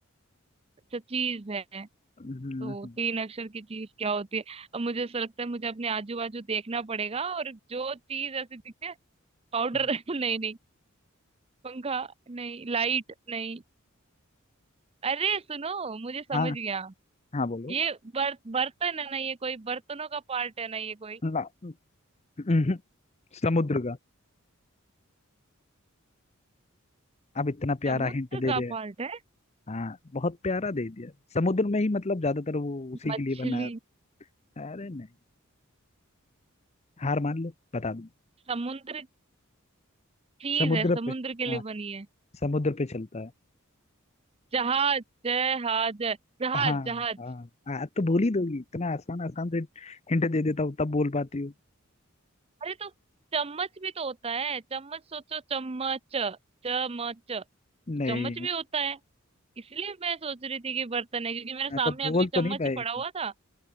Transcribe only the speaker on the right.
तो चीज है
तो
तीन अक्षर की चीज क्या होती है अब मुझे ऐसा लगता है मुझे अपने आजू बाजू देखना पड़ेगा और जो चीज ऐसी दिखती है पाउडर
<laughs> नहीं नहीं पंखा नहीं लाइट नहीं अरे सुनो मुझे समझ
गया
ये बर, बर्तन है ना ये कोई बर्तनों का पार्ट है ना ये कोई
समुद्र
का
पार्ट है
मछली
समुद्र चीज
है समुद्र
के लिए
बनी है
जहाज जहाज जहाज
जहाज
अरे तो चम्मच भी तो होता है चम्मच सोचो चम्मच चम्मच तो
चम्मच भी होता है इसलिए मैं सोच रही थी कि बर्तन है क्योंकि मेरे सामने
अभी
चम्मच
ही पड़ा
हुआ था